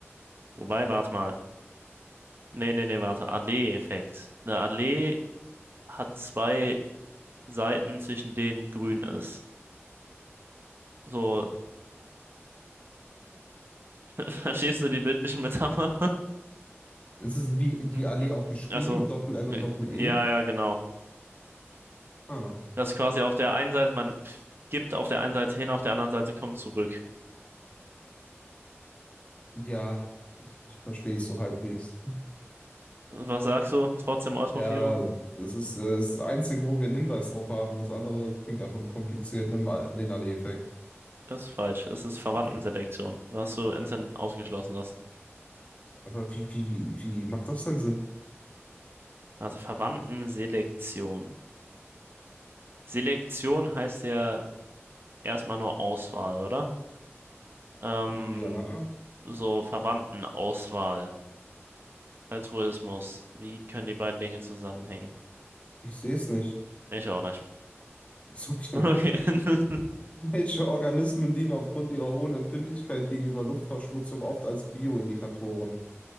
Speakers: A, on the right; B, on the left.
A: Wobei, warte mal. Nee, nee, nee, warte. Allee-Effekt. Eine Allee hat zwei Seiten, zwischen denen grün ist. So, <laughs> verstehst du die bildliche Metapher? <laughs>
B: Es ist wie die
A: Mhm.
B: Allee auch geschrieben
A: Also,
B: mit Doppel-L
A: äh,
B: und Doppel-E.
A: ja, ja, genau.
B: Ah,
A: Das ist quasi auf der einen Seite, man gibt auf der einen Seite hin, auf der anderen Seite kommt zurück.
B: ja, ich, ich verstehe es so halbwegs.
A: Was sagst du? Trotzdem Eutrophierung?
B: Ja, das ist, äh, das ist das Einzige, wo wir einen Hinweis drauf haben. Das andere klingt einfach nur kompliziert. Nimm mal den Allee-Effekt.
A: Ist falsch. Es ist Verwandtenselektion,
B: Hm.
A: was du instant ausgeschlossen hast.
B: Aber wie, wie, wie, wie macht das denn Sinn?
A: Also Verwandtenselektion. Selektion heißt ja erstmal nur Auswahl, oder? Ähm,
B: Ja,
A: so Verwandtenauswahl, Altruismus. Wie können die beiden Dinge zusammenhängen?
B: ich sehe es nicht.
A: Ich auch nicht. <laughs>
B: Ist okay.
A: Okay. <laughs>
B: <laughs> Welche Organismen dienen aufgrund ihrer hohen Empfindlichkeit gegenüber Luftverschmutzung oft als Bioindikatoren?